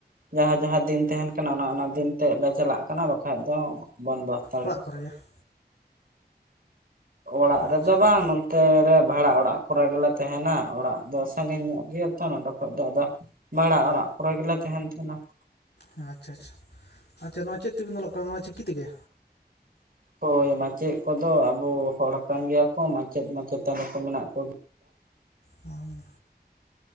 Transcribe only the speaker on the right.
ᱡᱟᱦᱟᱸ ᱡᱟᱦᱟᱸ ᱫᱤᱱ ᱛᱟᱦᱮᱱ ᱠᱟᱱᱟ ᱚᱱᱟ ᱚᱱᱟ ᱫᱤᱱ ᱛᱮᱫ ᱞᱮ ᱪᱟᱞᱟᱜ ᱠᱟᱱᱟ ᱵᱟᱠᱷᱟᱡ ᱫᱚ ᱵᱚᱱᱫᱚ ᱾
ᱚᱲᱟᱜ ᱨᱮᱫᱚ
ᱵᱟᱝ ᱱᱚᱼᱼ ᱛᱮ ᱨᱮ ᱵᱷᱟᱲᱟ ᱚᱲᱟᱜ ᱠᱚᱨᱮ ᱜᱮᱞᱮ ᱛᱟᱦᱮᱱᱟ, ᱚᱲᱟᱜ ᱫᱚ ᱥᱟᱺᱜᱤᱧ ᱧᱚᱜ ᱜᱮᱭᱟ ᱛᱚ ᱱᱚᱰᱮᱼᱼ ᱟᱫᱚ, ᱟᱫᱚ ᱵᱷᱟᱲᱟ ᱚᱲᱟᱜ ᱠᱚᱨᱮ ᱜᱮᱞᱮ ᱛᱟᱦᱮᱱ ᱛᱟᱦᱮᱸᱱᱟ ᱾
ᱦᱚᱭ ᱢᱟᱪᱮᱫ ᱠᱚᱫᱚ ᱟᱵᱚ ᱦᱚᱲ ᱠᱟᱱ ᱜᱤᱭᱟ ᱠᱚ, ᱢᱟᱪᱮᱫ ᱢᱟᱪᱮᱛᱟᱹᱱᱤ ᱠᱚ ᱢᱮᱱᱟᱜ ᱠᱚᱜᱮ ᱾